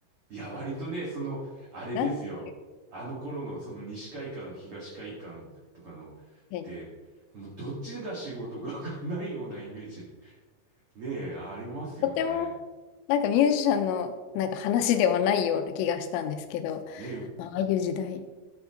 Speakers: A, on the right (about 40°); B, on the left (about 80°).
A: いや、割とね、その、あれですよ。
B: <laughs> なんていうかは
A: あの頃の、その西海岸、東海岸とかの、
B: い
A: てもうどっちが仕事が <laughs> ないようなイメージ、ねえ、ありますよね。
B: とても、なんかミュージシャンのなんか話ではないような気がしたんですけど、
A: ねえ、
B: まあ、ああいう時代